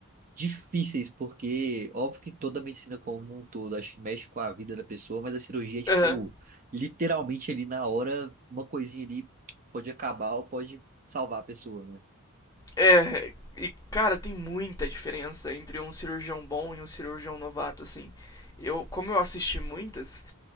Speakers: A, on the right; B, on the left.
A: difíceis, porque óbvio que toda a medicina como um todo, acho que mexe com a vida da pessoa, mas a cirurgia é tipo,
B: Aham.
A: literalmente ali na hora, uma coisinha ali pode acabar ou pode salvar a pessoa, né?
B: É, e cara, tem muita diferença entre um cirurgião bom e um cirurgião novato, assim. Eu, como eu assisti muitas,